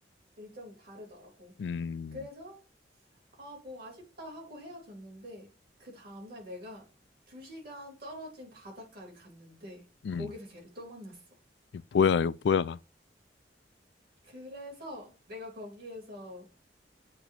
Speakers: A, on the right; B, on the left.
A: 일정이 다르더라고.
B: 음,
A: 그래서, 아, 뭐 아쉽다 하고 헤어졌는데, 그 다음날 내가 두 시간 떨어진 바닷가를 갔는데,
B: 음,
A: 거기서 걔를 또 만났어.
B: 이거 뭐야, 이거 뭐야.
A: 그래서 내가 거기에서